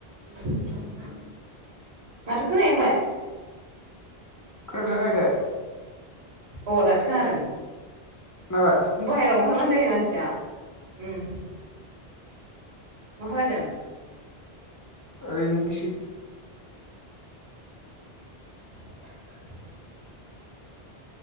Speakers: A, on the right (about 60°); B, on the left (about 30°).
A: <inaudible> माथो खोनायाखै
B: खोनादोना खोनायाखै
A: अ दासो खोनादों
B: खोनाबाय
A: बाहेरायाव ओंखारबानो जायो मानसिया उम मा खालायदों
B: ओरैनिसै
A: <inaudible>